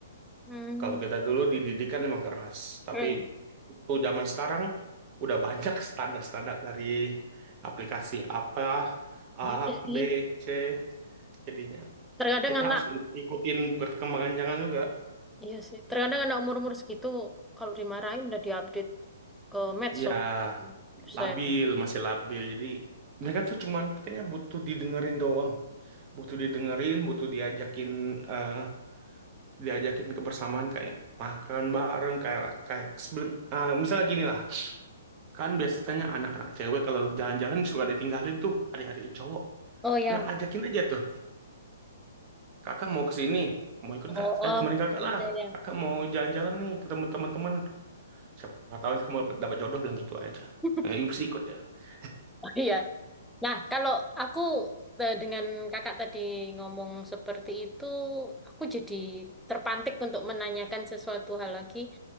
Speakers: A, in the centre; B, on the right.
A: hmm.
B: Kalau kita dulu dididik kan memang keras, tapi
A: Hmm.
B: tuh zaman sekarang udah banyak standar-standar dari aplikasi apa A,
A: Oh iya sih.
B: B, C jadinya.
A: Terkadang
B: Kita
A: anak,
B: harus ikutin perkembangan jangan juga.
A: iya sih. Terkadang anak umur-umur segitu, kalau dimarahin udah diupdate ke medsos.
B: Ya,
A: Buset.
B: labil, masih labil. Jadi mereka tuh cuman kayaknya butuh didengerin doang. Butuh didengerin, butuh diajakin eh diajakin kebersamaan kayak makan bareng kayak kayak sebelum nah, misalnya gini lah. Kan biasanya anak-anak cewek kalau jalan-jalan suka ditinggalin tuh adik-adik yang cowok.
A: Oh ya.
B: Nah, ajakin aja tuh. Kakak mau ke sini, mau ikut
A: Oh,
B: nggak?
A: oh.
B: Eh, temenin kakak lah.
A: Ya, ya.
B: Kakak mau jalan-jalan nih ketemu teman-teman Siapa tahu kamu dapet dapet jodoh bilang gitu aja.
A: <laughs>
B: Ya, itu pasti ikut ya. <laughs>
A: Iya. Nah, kalau aku eh, dengan kakak tadi ngomong seperti itu, aku jadi terpantik untuk menanyakan sesuatu hal lagi.